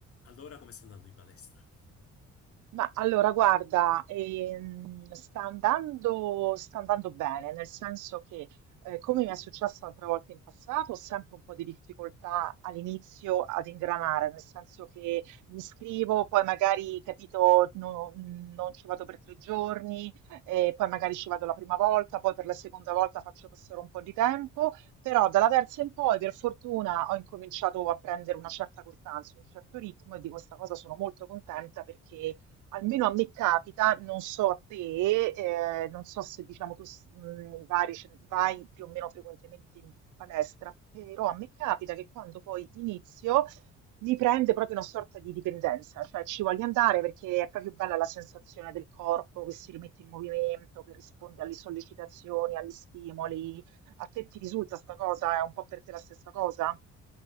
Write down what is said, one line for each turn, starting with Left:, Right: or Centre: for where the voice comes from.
Left: Allora come sta andando in palestra?
Right: Ma allora, guarda, ehm, sta andando, sta andando bene, nel senso che, eh, come mi è successo altre volte in passato, ho sempre un po' di difficoltà all'inizio ad ingranare, nel senso che mi iscrivo, poi magari, capito, no- non ci vado per tre giorni, eh, poi magari ci vado la prima volta, poi per la seconda volta faccio passare un po' di tempo, però dalla terza in poi, per fortuna, ho incominciato a prendere una certa costanza, un certo ritmo e di questa cosa sono molto contenta perché Almeno a me capita, non so a te, eh, non so se diciamo tu s- mh, vari- ce- vai più o meno frequentemente in palestra, però a me capita che quando poi inizio mi prende proprio una sorta di dipendenza, cioè ci voglio andare perché è proprio bella la sensazione del corpo che si rimette in movimento, che risponde alle sollecitazioni, agli stimoli. A te ti risulta sta cosa? È un po' per te la stessa cosa?